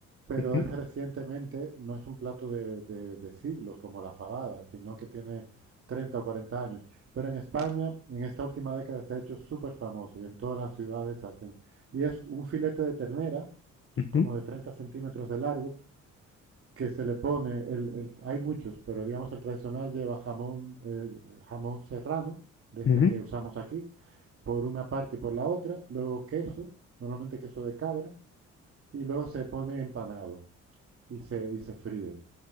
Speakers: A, on the right; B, on the left.
A: pero
B: Ujú,
A: es recientemente, no es un plato de, de- de siglos como la fabada, sino que tiene 30 o 40 años. Pero en España, en esta última década se ha hecho súper famoso y en todas las ciudades hacen. Y es un filete de ternera,
B: ujú,
A: como de 30 centímetros de largo, que se le pone, el, el- hay muchos, pero digamos el tradicional lleva jamón, eh, jamón serrano, de
B: ujú,
A: este que usamos aquí por una parte y por la otra, luego queso, normalmente queso de cabra, y luego se pone empanado y se, y se fríe.